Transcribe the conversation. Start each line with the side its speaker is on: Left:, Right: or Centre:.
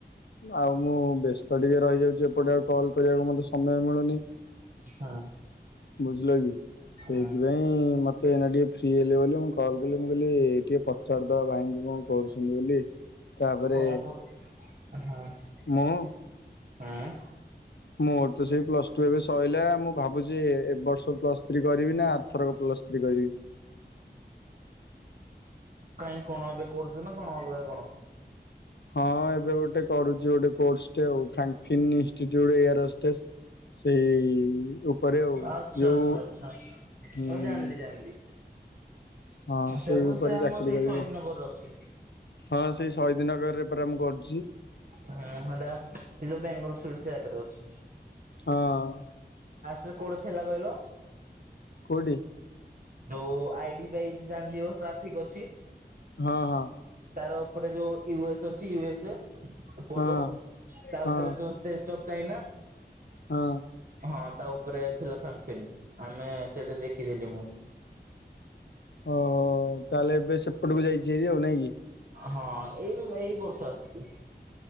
Left: ଆଉ ମୁଁ ବ୍ୟସ୍ତ ଟିକେ ରହିଯାଉଛି ଏପଟେ ଆଉ କଲ୍ କରିବାକୁ ମତେ ସମୟ ମିଳୁନି
Right: ହଁ।
Left: ବୁଝିଲ କି? ସେଇଥିପାଇଁ
Right: ହଁ
Left: ମତେ ଏଇନା ଟିକେ ଫ୍ରି ହେଲେ ବୋଲି ମୁଁ କଲ କଲି ମୁଁ କହିଲି ଟିକେ ପଚାରିଦବା ଭାଇଙ୍କି କଣ କରୁଛନ୍ତି ବୋଲି? ତାପରେ
Right: କଣ କରୁ ହ
Left: ମୁଁ
Right: ହୁଁ
Left: ମୋର ତ ସେଇ ପ୍ଲସ ଟୁ ଏବେ ସଇଲା, ମୁଁ ଭାବୁଛି ଏ ବର୍ଷ ପ୍ଲସ୍ ଥ୍ରୀ କରିବି ନା ଆରଥରକ ପ୍ଲସ୍ ଥ୍ରି କରିବି।
Right: କାହିଁ କଣ ଏବେ କରୁଛୁ ନା କଣ ଅଲଗା କଣ?
Left: ହଁ ଏବେ ଗୋଟେ କରୁଛି ଗୋଟେ କୋର୍ସ ଟେ ଆଉ ଫ୍ୟାଙ୍କ ଫିନିସଡ ଯୋଉ ଗୋଟେ ଏୟାର ହୋଷ୍ଟେସ୍ ସେଇ ଉପରେ ଆଉ।
Right: ଆଚ୍ଛା
Left: ଯୋଉ
Right: ଆଚ୍ଛା ଆଚ୍ଛା
Left: ହୁଁ।
Right: ହଉ ଜାଣିଲି ଜାଣିଲି
Left: ହଁ ସେଇ
Right: ସେଉ
Left: ଉପରେ
Right: ସେ ଆମ
Left: ଚାକିରୀ
Right: ସେଇ
Left: କରିବୁ।
Right: ଶହୀଦ ନଗରରେ ଅଛି।
Left: ହଁ ସେଇ ଶହୀଦନଗରରେ ପରା ମୁଁ କରୁଚି।
Right: ହଁ ସେଟା ସେ ଯୋଉ ବେଙ୍ଗଲ ସୁଇଟସ ଆଗରେ ଅଛି।
Left: ହଁ
Right: ସେ କୋଉଠି ଥିଲା କହିଲ?
Left: କୋଉଠି?
Right: ଯୋଉ ଆଇ ଡି ବାଇଜ୍ ଜାଣିିଥିବ ଟ୍ରାଫିକ ଅଛି
Left: ହଁ ହଁ।
Right: ତାର ଉପରେ ଯୋଉ ୟୁ ଏସ୍ ଅଛି ୟୁ ଏସ୍ ଏ ପୋଲୋ,
Left: ହଁ
Right: ତା
Left: ହଁ
Right: ଉପରେ ଯୋଉ ଟେଷ୍ଟ ଅଫ୍ ଚାଇନା
Left: ହଁ।
Right: ହଁ ତା ଉପରେ ଥିଲା ଫ୍ରଙ୍କପିନ୍। ଆମେ ସେଠି ଦେଖିଥିଲି ମୁଁ
Left: ଓହୋ ତାହେଲେ ଏବେ ସେପଟକୁ ଯାଇଛି ହାରି ଆଉ ନାଇଁ କି?
Right: ହଁ ଏଇ ଏଇ ବର୍ଷ ଆସିଛି।